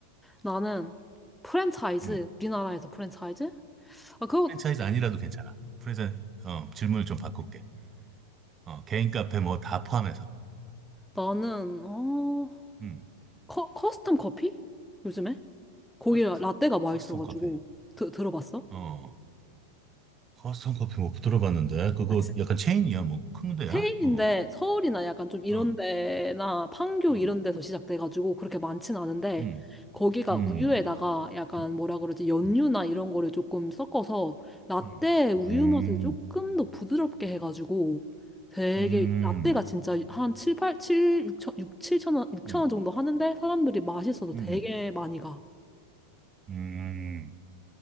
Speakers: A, in the centre; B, on the right (about 25°).
A: 나는 프랜차이즈,
B: 음.
A: 우리나라에서 프랜차이즈? 아, 그거
B: 프랜차이즈 아니라도 괜찮아. 프랜차이즈 어, 질문을 좀 바꿀게. 어, 개인 카페 뭐 다 포함해서.
A: 나는 어
B: 음.
A: 커, 커스텀 커피? 요즘에? 거기
B: 커스,
A: 라떼가 맛있어가지고
B: 커스텀 커피.
A: 드, 들어봤어?
B: 어. 커스텀 커피 못 들어봤는데 그거
A: 아
B: 약간 체인이야 뭐 큰 데야?
A: 테일인데
B: 어.
A: 서울이나 약간 좀 이런
B: 어.
A: 데나 판교
B: 어.
A: 이런 데서 시작돼가지고 그렇게 많진 않은데
B: 음.
A: 거기가
B: 음.
A: 우유에다가 약간
B: 음.
A: 뭐라 그러지 연유나
B: 음.
A: 이런 거를 조금 섞어서 라떼
B: 음.
A: 우유
B: 음.
A: 맛을 조금 더 부드럽게 해가지고 되게
B: 음.
A: 라떼가 진짜 한 7, 8, 7, 6천, 6, 천 원, 육천
B: 음.
A: 원 정도 하는데 사람들이 맛있어서 되게
B: 음.
A: 많이 가.
B: 음,